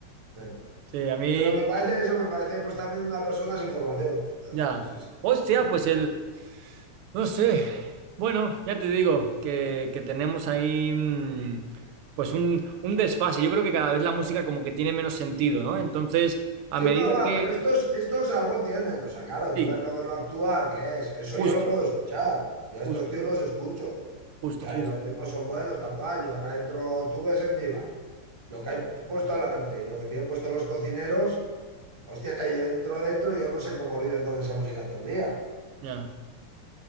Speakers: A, on the right; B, on the right.
A: eh.
B: sí, a mí
A: Pero me parece eso, me parece pues también una persona sin formación. Eh,
B: ya.
A: sí, sí.
B: Hostia, pues el. No sé. Bueno, ya te digo que, que tenemos ahí mm, pues un, un desfase. Yo creo que cada vez la música como que tiene menos sentido, ¿no? Entonces, a
A: Sí,
B: medida
A: no, va,
B: que...
A: pero estos, estos algo tienen. O sea, claro, tú
B: Sí,
A: ves lo que lo actual, que es. Eso
B: justo,
A: yo lo puedo escuchar. Yo a
B: justo,
A: estos tíos los escucho. O
B: justo,
A: sea,
B: justo.
A: y los ritmos son buenos, tal cual. Yo ahora entro, tú ves en mi bar. Lo que hay puesto adelante y lo que tienen puesto los cocineros, hostia, yo entro dentro y yo no sé cómo viven con esa música todo el día.
B: Ya,